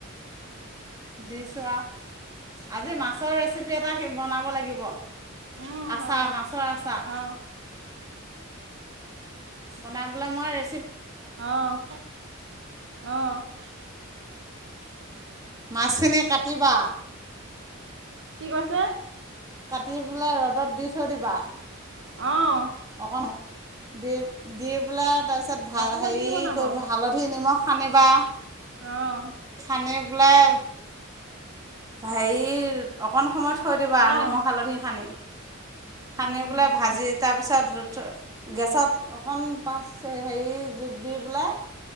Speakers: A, on the right; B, on the right.
A: দি চোৱা আজি মাছৰ ৰেচিপি এটা বনাব লাগিব।
B: উম,
A: আচাৰ
B: হয়।
A: মাছৰ আছা
B: অ',
A: বনাবলে মই ৰে
B: অ অ <unintelligible>
A: মাছখিনি কাটিবা?
B: কি কৈছে?
A: কাটি পেলাই ৰ'দত দি থৈ দিবা।
B: অ'।
A: অকণ দি দি পেলায় তাৰপিছত
B: ৰাতিলৈ
A: হেৰি
B: কি বনাব?
A: কৰিব, হালধি নিমখ সানিবা।
B: অঁ।
A: সানি পেলায়, হেৰি, অকণ সময় থৈ দিবা
B: অ',
A: নিমখ হালধি সানি, সানি
B: উম,
A: পেলাই ভাজি, তাৰপিছত গেছত, অকণ পা, হেৰি জুইত দি পেলাই,